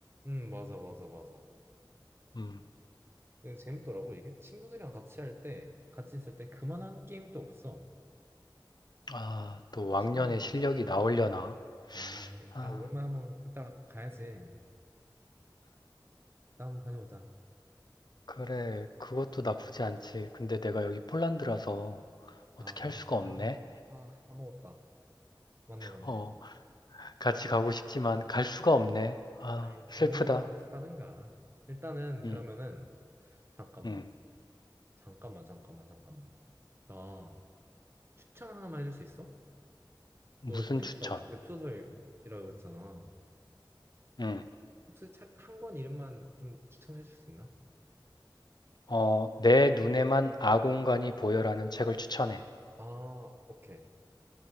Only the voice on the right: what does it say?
음, 맞아, 맞아, 맞아.
근데 재밌더라고, 이게. 친구들이랑 같이 할 때, 같이 있을 때 그만한 게임도 없어.
시간이 너무
잘. 가.
아, 에,
아, 오랜만에 한번 이따가 가야지. 이따 한번 다녀오자.
음.
음.
아,
화-
아,
아, 까먹었다. 맞네, 맞네.
아이,
온라인으로 접속하든가. 일단은,
그러면은, 잠깐만,
잠깐만, 잠깐만, 잠깐만. 나 추천 하나만 해줄 수 있어?
너 취미가
웹소설이라고 했잖아.
혹시 책 한 권 이름만 좀 추천해 줄 수 있나?
아, 오케이.